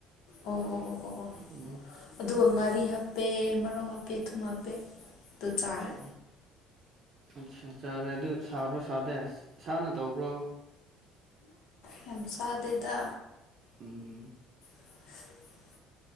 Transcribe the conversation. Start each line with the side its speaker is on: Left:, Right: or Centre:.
Left: ꯑꯣ ꯑꯣ ꯑꯣ ꯑꯣ ꯑꯣ
Right: ꯎꯝ
Left: ꯑꯗꯨꯒ ꯉꯥꯔꯤ ꯍꯥꯞꯄꯦ ꯃꯔꯣꯛ ꯍꯥꯞꯄꯦ ꯊꯨꯝ ꯍꯥꯞꯄꯦ ꯑꯗꯨ ꯆꯥꯔꯦ
Right: ꯑꯆꯥ ꯑꯠꯆꯥ ꯆꯥꯔꯦ ꯑꯗꯨ ꯁꯥꯕ꯭ꯔ ꯁꯥꯗꯦ ꯁꯥꯅ ꯇꯧꯕ꯭ꯔꯣ
Left: ꯌꯥꯝ ꯁꯥꯥꯗꯦꯗ
Right: ꯎꯝ
Left: <unintelligible>